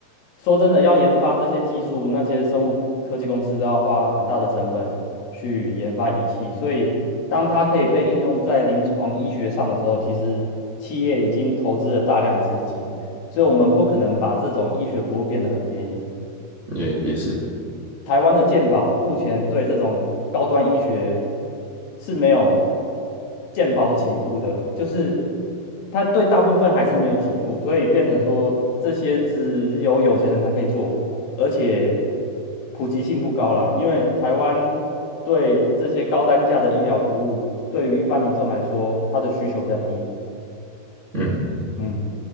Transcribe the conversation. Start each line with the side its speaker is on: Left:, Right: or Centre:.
Left: 说真的，要研发这些技术，那些生物科技公司都要花很大的成本去研发仪器，所以当它可以被应用在临床医学上的时候，其实企业已经投资了大量资金，所以我们不可能把这种医学服务变得很便宜。
Right: 也也是，
Left: 台湾的健保目前对这种高端医学是没有健保给付的，就是它对大部分还是没有给付，所以变成说这些只有有钱人才可以做，而且普及性不高啦。因为台湾对这些高单价的医疗服务，对于一般民众来说，它的需求比较低。
Right: 嗯
Left: 嗯，